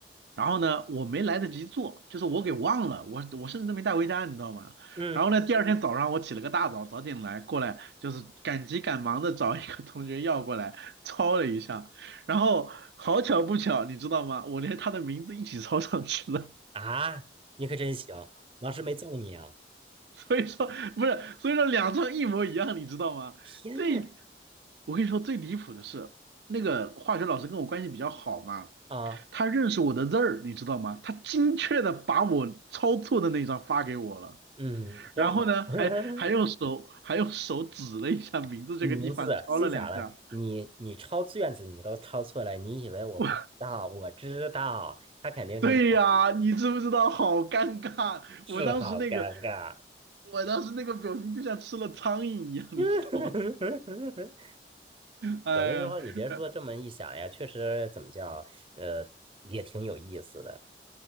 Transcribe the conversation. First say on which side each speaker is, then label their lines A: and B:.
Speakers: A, on the right; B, on the right.
A: 然后呢，我没来得及做，就是我给忘了，我我甚至都没带回家，你知道吗？
B: 嗯
A: 然后呢，第二天早上我起了个大早，早点来过来，就是赶急赶忙的找一个同学要过来抄了一下，然后好巧不巧，你知道吗？我连他的名字一起抄上去了，
B: 啊，你可真行，老师没揍你啊！
A: <laughs> 所以说不是，所以说两张一模一样，你知道吗？
B: 天呐，
A: 最我跟你说最离谱的是，那个化学老师跟我关系比较好嘛。
B: 啊，
A: 他认识我的字儿，你知道吗？他精确的把我抄错的那一张发给我了，
B: 嗯，真好。
A: 然后呢，
B: <laughs>
A: 还还用手还用手指了一下名字这个地方，
B: 名字心想了，
A: 敲了两下。
B: 你你抄卷子你都抄错了，你以为我不知道？
A: <laughs> 我
B: 我知道，他肯定就这样，
A: 对呀，你知不知道？好尴尬！
B: 是好尴尬。
A: 我当时那个，我当时那个表情就像吃了苍蝇一样，
B: <laughs>
A: 你知道吗？哎呀，
B: 有的时候你别说这么一想呀，
A: 呃
B: 确实怎么叫，呃，也挺有意思的。